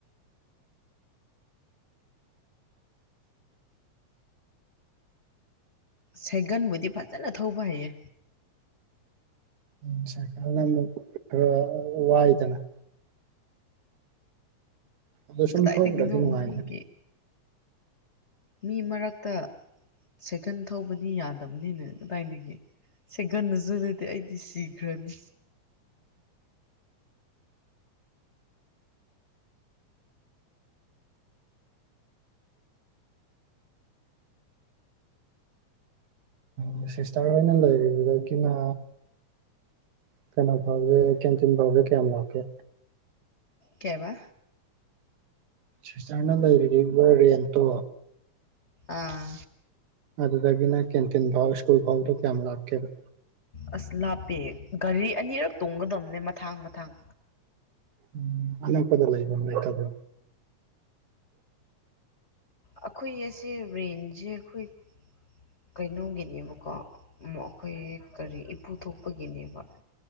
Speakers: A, on the left; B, on the right.
A: ꯁꯦꯒꯟꯕꯨꯗꯤ ꯐꯖꯅ ꯊꯧꯕ ꯍꯩꯌꯦ
B: ꯎ ꯁꯔꯀꯥꯔꯅ ꯑꯃꯨꯛ ꯈꯔ ꯋꯥꯏꯗꯅ ꯑꯗꯣ ꯁꯨꯝ
A: ꯀꯗꯥꯥꯏꯗꯒꯤꯒꯅꯣ
B: ꯊꯧꯈ꯭ꯔꯗꯤ ꯅꯨꯡꯉꯥꯏꯅꯤ
A: ꯅꯒꯤ ꯃꯤ ꯃꯔꯛꯇ ꯁꯥꯏꯀꯟ ꯊꯧꯕꯗꯤ ꯌꯥꯗꯕꯅꯤꯅꯦ ꯀꯗꯥꯏꯗꯒꯤ ꯁꯥꯏꯀꯜꯗꯁꯨ ꯂꯩꯇꯦ ꯑꯩꯗꯤ ꯁꯤꯈ꯭ꯔꯅꯤ
B: ꯎꯝꯁ ꯆꯥꯅ ꯂꯩꯗ ꯀꯅ ꯀꯩꯅꯣ ꯐꯥꯎꯒꯦ ꯀꯦꯟꯇꯤꯟ ꯐꯥꯎꯈ꯭ꯔꯦ ꯀꯌꯥꯝ ꯂꯥꯛꯀꯦ
A: ꯀꯦꯕ
B: ꯁ꯭ꯇꯔꯅ ꯂꯩꯔꯤꯕ ꯔꯦꯟꯇꯣ
A: ꯑꯥ
B: ꯑꯗ ꯇꯒꯅꯥ ꯀꯦꯟꯇꯤꯟꯚꯥꯎ ꯁ꯭ꯀꯨꯜꯚꯥꯎꯗ ꯀ ꯑꯃ ꯂꯥꯛꯀꯦꯕ
A: ꯑꯁ ꯂꯥꯞꯄꯦ ꯒꯥꯔꯤ ꯑꯅꯤꯔꯛ ꯇꯣꯡꯒꯗꯕꯅꯦ ꯃꯊꯥꯡ ꯃꯊꯥꯡ
B: ꯎꯝ ꯑꯅꯄꯗ ꯂꯕꯥꯏꯛꯇ ꯑꯗꯨ
A: ꯑꯩꯈꯣꯏ ꯑꯁꯦ ꯔꯦꯟꯁꯦ ꯑꯩꯈꯣꯏ ꯀꯩꯅꯣꯒꯤꯅꯦꯕꯀꯣ ꯑꯩꯈꯣꯏ ꯀꯔꯤ ꯏꯄꯨ ꯊꯣꯛꯄꯒꯤꯅꯦꯕ